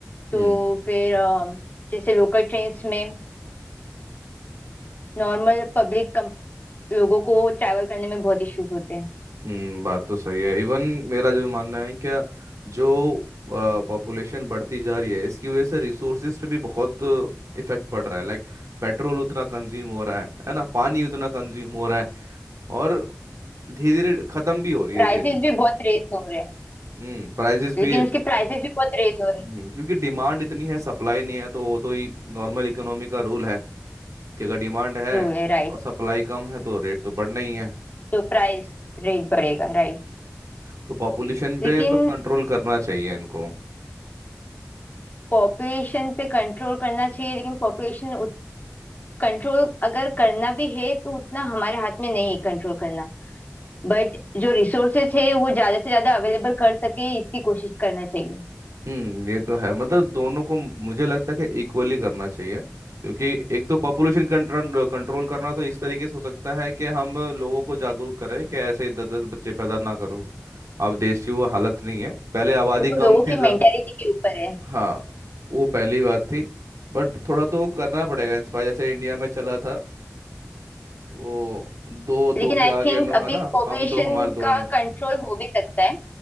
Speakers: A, on the left; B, on the right.
A: तो
B: हम्म
A: फिर अ, जैसे लोकल ट्रेन्स में नॉर्मल पब्लिक लोगों को ट्रैवल करने में बहुत इश्यूज होते हैं
B: हम्म बात तो सही है इवन मेरा जो मानना है क्या जो पॉपुलेशन बढ़ती जा रही है इसकी वजह से रिसोर्सेज पे भी बहुत इफेक्ट पड़ रहा है लाइक पेट्रोल उतना कंज्यूम हो रहा है है ना पानी उतना कंज्यूम हो रहा है और धीरे धीरे खत्म भी हो रही
A: प्राइसेस
B: है चीजें
A: भी बहुत रेस हो रहे हैं
B: हम्म प्राइजेस भी
A: लेकिन उसके प्राइसेस भी बहुत रेस हो रहे
B: हम्म,
A: हैं
B: क्योंकि डिमांड इतनी है सप्लाई नहीं है तो वो तो ही नॉर्मल इकोनॉमी का रूल है कि अगर डिमांड है
A: रूल है राइट
B: और सप्लाई कम है तो रेट तो बढ़ना ही है
A: तो प्राइस रेट बढ़ेगा राइट
B: तो पॉपुलेशन पे
A: लेकिन
B: तो कंट्रोल करना चाहिए इनको
A: पॉपुलेशन पे कंट्रोल करना चाहिए लेकिन पॉपुलेशन कंट्रोल अगर करना भी है तो उतना हमारे हाथ में नहीं है कंट्रोल करना बट जो रिसोर्सेस है वो ज्यादा से ज्यादा अवेलेबल कर सके इसकी कोशिश करना चाहिए
B: हम्म ये तो है मतलब दोनों को मुझे लगता है कि इक्वली करना चाहिए क्योंकि एक तो पॉपुलेशन कंट्रोल कंट्रोल करना तो इस तरीके से हो सकता है कि हम लोगों को जागरूक करें कि ऐसे दस दस बच्चे पैदा ना करो अब देश की वो हालत नहीं है पहले आबादी
A: वो
B: कम
A: लोगों
B: थी
A: की मेंटेलिटी के ऊपर है
B: हाँ वो पहली बात थी बट थोड़ा तो करना पड़ेगा इंस्पायर जैसे इंडिया में चला था वो दो दो
A: लेकिन
B: के
A: आई
B: आगे
A: थिंक
B: नो
A: अभी
B: है ना
A: पॉपुलेशन
B: हम दो हमारे दो
A: का कंट्रोल हो भी सकता है